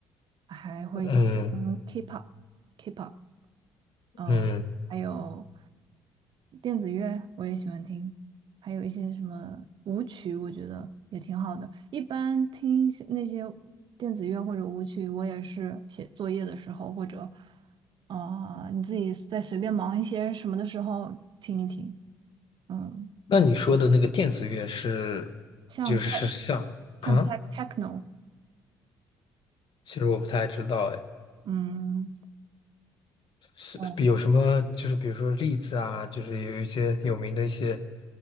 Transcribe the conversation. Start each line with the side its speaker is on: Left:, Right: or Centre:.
Right: 还会喜欢听
Left: 嗯
Right: K-pop，K-pop。嗯、
Left: 嗯，
Right: 呃还有电子乐我也喜欢听，还有一些什么舞曲，我觉得也挺好的。一般听一些那些电子乐或者舞曲，我也是写作业的时候，或者呃你自己在随便忙一些什么的时候听一听。嗯，
Left: 那你说的那个电子乐是，
Right: 像
Left: 就是是像啊？
Right: tech 像 tech techno，
Left: 其实我不太知道，哎，
Right: 嗯。
Left: 是有什么就是比如说例子啊，
Right: 呃
Left: 就是有一些有名的一些